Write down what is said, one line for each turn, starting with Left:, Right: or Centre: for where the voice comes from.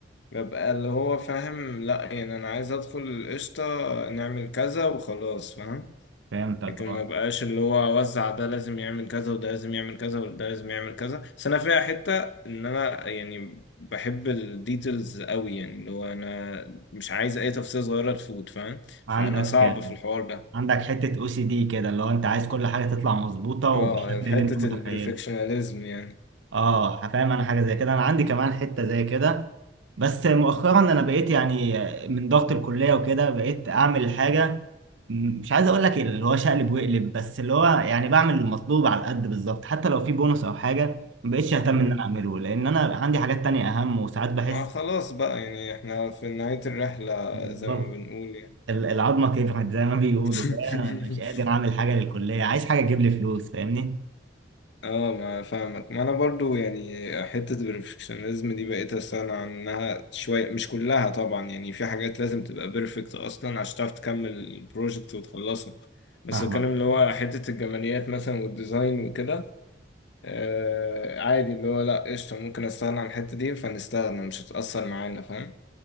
Left: ببقى اللي هو فاهم لا يعني انا عايز ادخل القشطة نعمل كذا وخلاص فاهم
Right: فهمتك
Left: لكن
Right: اه
Left: ما بقاش اللي هو اوزع ده لازم يعمل كذا وده لازم يعمل كذا وده لازم يعمل كذا بس انا فيها حتة ان انا يعني بحب الديتيلز قوي يعني اللي هو انا مش عايز اي تفصيلة صغيرة تفوت فاهم
Right: عندك
Left: فانا صعب في الحوار ده
Right: عندك حته او سي دي كده اللي هو انت عايز كل حاجه تطلع مظبوطه
Left: اه
Right: وبالشكل
Left: حتة
Right: اللي انت متخيله
Left: البرفكشناليزم يعني
Right: اه فاهم انا حاجه زي كده انا عندي كمان حته زي كده بس مؤخرا انا بقيت يعني من ضغط الكليه وكده بقيت اعمل حاجه م- مش عايز اقول لك اللي هو شقلب وقلب بس اللي هو يعني بعمل المطلوب على القد بالظبط حتى لو في بونص او حاجه ما بقتش اهتم
Left: مم.
Right: ان انا اعمله لان انا عندي حاجات تانية اهم وساعات بحس
Left: ما خلاص بقى يعني احنا في نهاية الرحلة
Right: بالظبط
Left: زي ما بنقول يعني
Right: ال- العظمه كبرت زي ما بيقولوا
Left: <laughs>
Right: فانا مش قادر اعمل حاجه للكليه عايز حاجه تجيب لي فلوس فاهمني
Left: اه ما فاهمك ما انا برضو يعني حتة البرفكشنزم دي بقيت استغنى عنها شوية مش كلها طبعا يعني في حاجات لازم تبقى بيرفكت اصلا عشان تعرف تكمل البروجكت وتخلصه بس
Right: فاهمك
Left: الكلام اللي هو حتة الجماليات مثلا والديزاين وكده آه عادي اللي هو لا قشطة ممكن استغنى عن الحتة دي فنستغنى مش هتأثر معانا فاهم